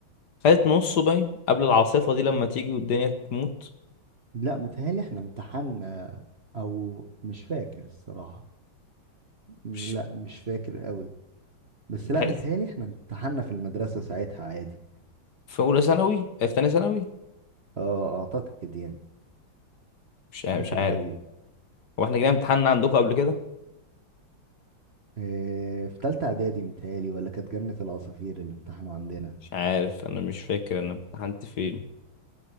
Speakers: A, on the left; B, on the right.
A: خدت نصه باين قبل العاصفة دي لما تيجي والدنيا تموت
B: لا متهيألي احنا امتحنا او مش فاكر الصراحة م-
A: مش
B: لا مش فاكر قوي بس لا
A: تحس
B: متهيألي احنا امتحنا في المدرسة ساعتها عادي
A: في أولى ثانوي آه، في تانية ثانوي
B: اه اعتقد يعني
A: مش
B: مش
A: عارف
B: فاكر
A: مش عارف
B: قوي
A: هو احنا جينا امتحان عندكم قبل كده
B: إيه، في تالتة إعدادي متهيألي ولا كانت جنة العصافير اللي امتحنوا عندنا
A: مش عارف أنا مش فاكر أنا امتحنت فين